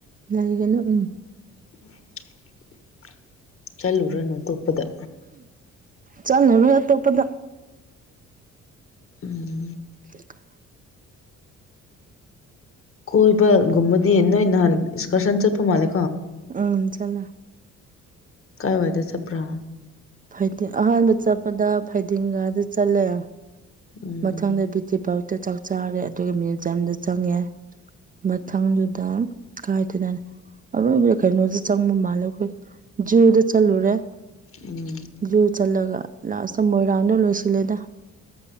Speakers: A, on the right; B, on the left.
A: ꯂꯩꯒꯦꯅ ꯎꯝ
B: ꯎꯝ ꯆꯠꯂꯨꯨꯔꯅꯨ ꯇꯣꯞꯄꯗ
A: ꯆꯠꯂꯔꯣꯏ ꯑꯇꯣꯞꯄꯗ
B: ꯎꯝ
A: ꯊ
B: ꯀꯣꯏꯕꯒꯨꯝꯕꯗꯤ ꯅꯣꯏ ꯅꯍꯥꯟ ꯏꯁꯀꯔꯁꯟ ꯆꯠꯄ ꯃꯥꯜꯂ
A: ꯎꯝ ꯆꯂ
B: ꯀꯥꯏ ꯋꯥꯏꯗ ꯆꯄ꯭ꯔꯥ
A: ꯐꯥꯏꯇꯤꯡ ꯑꯍꯥꯟꯕ ꯆꯠꯄꯗ ꯐꯥꯏꯗꯤꯤꯡꯒꯗ ꯆꯠꯂꯦ
B: ꯎꯝ
A: ꯃꯊꯪꯗ ꯕꯌꯨꯇꯤ ꯄꯥꯔꯛꯇ ꯆꯥꯛ ꯆꯥꯔꯦ ꯑꯗꯨꯒ ꯃ꯭ꯌꯨꯖꯤꯌꯝꯗ ꯆꯪꯉꯦ ꯃꯊꯖꯗꯥ ꯀꯇꯅꯅ ꯑꯔꯣꯏꯕꯗ ꯀꯩꯅꯣꯗ ꯆꯪꯕ ꯃꯥꯜꯂꯦ ꯑꯩꯈꯣꯏ ꯖꯨꯗ ꯆꯠꯂꯨꯔꯦ
B: ꯎꯝ
A: ꯖꯨ ꯆꯠꯂꯒ ꯂꯥꯁꯇ ꯃꯣꯏꯔꯥꯡꯗꯣ ꯂꯣꯏꯁꯤꯜꯂꯦꯗ